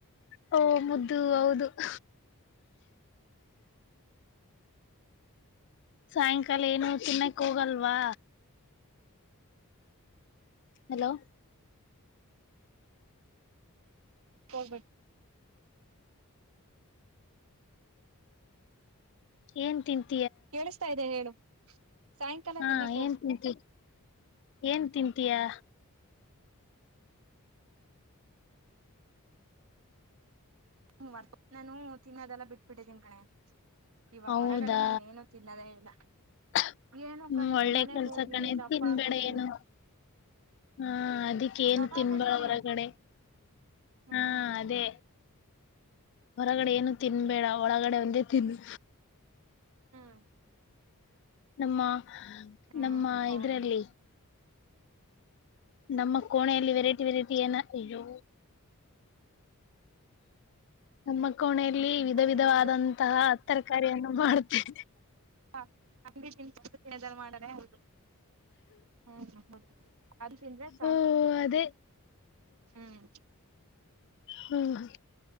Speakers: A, on the left; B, on the right.
A: ಹೂ ಮೂದ್. ಅದು ಹೌದು <inaudible> ಸಾಯಂಕಾಲ ಏನು ತಿುನ್ನಕ್ ಹೋಗಲ್ವಾ ಹಲೋ
B: ಹೋಗಬೇಕ್
A: ಏನ್ ತಿಂತ
B: ಕೇಳಸ್ತಿದೆ ಹೇಳು ಸಾಯಂಕಾಲ
A: ಹಾ
B: ತಿನ್ನಕ್ ಹೋಗ
A: ಏನ್ ತಿಂತಿ ಏನ್ ತಿಂತೀಯಾ
B: ಹ ವರ್ ನಾನು ತಿನ್ನೋದೆಲ್ಲ ಬಿಟ್ಬಿಟ್ಟೆದಿನಿ ಕಣೆ. ಇವಾಗ
A: ಹೌದಾ
B: ಹೊರಗಡೆ ನಾನು ಏನು ತಿನ್ನೋದೇ ಇಲ್ಲ
A: ಹ್ಮ
B: ಏನು ಕಣೆ
A: ಒಳ್ಳೆ
B: ಮನೆಗ್
A: ಕೆಲ್ಸ
B: ಹೋಗಿ
A: ಕಣೆ
B: ದಪ್ಪ
A: ತಿನ್ಬೇಡ
B: ಆಗ್ಬಿಟ್ಟಿದೀನಿ
A: ಏನು ಹಾ ಅದಿಕ್ಕೇಏನು
B: ದಪ್ಪ
A: ತಿನ್ಬ
B: ಆಗ್ಬಿಟ್ಟಿದೀನಿ
A: ಅವರಗಡೆ
B: ಹ್ಮ್
A: ಹಾ ಅದೇ ಹೊರಗಡೆ ಏನು ತಿನ್ಬೇಡ ಒಳಗಡೆ ಒಂದೇ ತಿನ್ನು.
B: ಹ್ಮ್
A: ನಮ್ಮ
B: ಹ್ಮ್
A: ನಮ್ಮ
B: ಹೌದು
A: ಇದ್ರಲ್ಲಿ ನಮ್ಮ ಕೋಣೆಯಲ್ಲಿ ವೆರೈಟಿ ವೆರೈಟಿ ಏನ ಇೋ ನಮ್ಮ ಕೋಣ ವಿಧ
B: ಇಲ್ಲಿ
A: ವಿಧವಾದಂತಹ
B: ಇಲ್ಲಿ
A: ಹ ತರ ಕರೆಯನ್ನು ಮಾಡ್ತೇಿದೆ
B: ಹಾ ಹಾ ತಿಂಡಿ ತಿ ತಿರ್ ಮಾಡರೆೇ ಹೌದು <unintelligible> ಹ್ಮ್ ಹ್ ಮ ಅನ್ಸಿಂದ್ರೆ ಸಾಕು
A: ಓ ಅದೇ
B: ಹ್ಮ್
A: ಹ್ಮ್